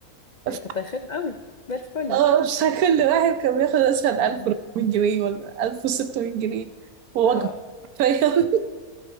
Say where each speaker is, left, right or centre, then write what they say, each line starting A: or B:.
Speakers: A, on the right; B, on the left.
A: ف-
B: كنت هيخدم قوي ده الفل
A: اه مش كل واحد كان بياخد مثلا
B: مم.
A: 1400 جنيه ولا 1600 جنيه ووجبة
B: اه
A: فاهم؟